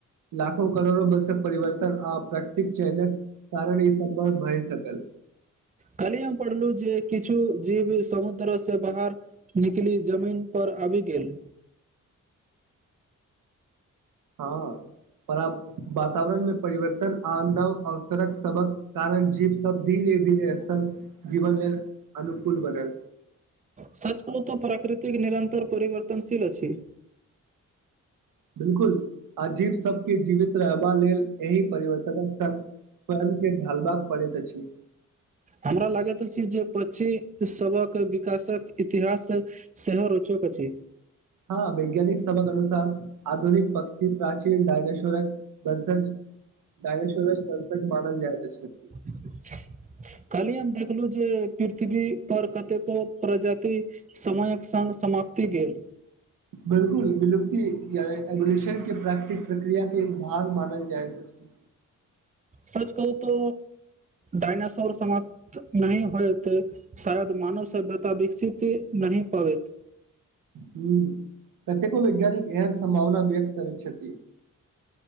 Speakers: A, on the right; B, on the right.
A: लाखो करोड़ो वर्ष सँ परिवर्तन आ प्राकृतिक चयनक कारण ई सभ भय सकल <inaudible>
B: काल्हि हम पढ़लु जे किछु जीव समुद्र सँ बाहर निकलि जमीन पर अबि गेल
A: हँ पराप्त वातावरण मे परिवर्तन आ नव अवसरक सबक कारण जीव तब धीर ए दिन स्थल जीवन लेल अनुकूल बनल
B: सच कहू तऽ प्राकृतिक निरतर परिवर्तनशील अछि
A: बिलकुल अजीब सब के जीवित रहबा लेल एहि परिवर्तनक संग स्वयं के ढालबाक पड़ैत अछि
B: हमरा लागैत अछि जे पछि सबक विकासक इतिहास सेहो रोचक अछि
A: हँ वैज्ञानिक सबक अनुसार आधुनिक पक्षी प्रच डायनासोरक वंसज डामनासोरक वंसज मानल जाइत अछि
B: <unintelligible> कल्हि हम देखलहु जे पृथ्वी पर कतेको प्रजाति समयक संग समाप्ति गेल
A: बिलकुल बिलुप्ती या इवेलुएसन के प्राकृतिक प्रक्रिया के एक भार मानल जाइत अछि
B: सच कहू त डइनासोर समाप्त नहि होत शायद मानव सभ्यता विकसित नहि पबैत
A: हू कतेको वैज्ञानिक एहन समभावना व्यक्त करैत छथि <inaudible>